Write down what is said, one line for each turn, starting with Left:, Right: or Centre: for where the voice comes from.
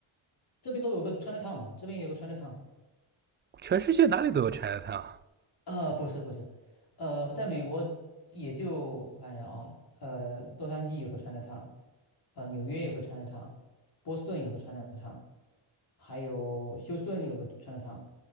Left: 这边都有个 Chinatown 嘛，这边也有个 Chinatown，
Right: 全世界哪里都有 China Town，
Left: 呃，不是不是，呃，在美国也就我看一下啊，呃，洛杉矶有个 Chinatown，呃，纽约有个 Chinatown，波士顿有个 Chinatown，还有休斯顿有个川菜汤，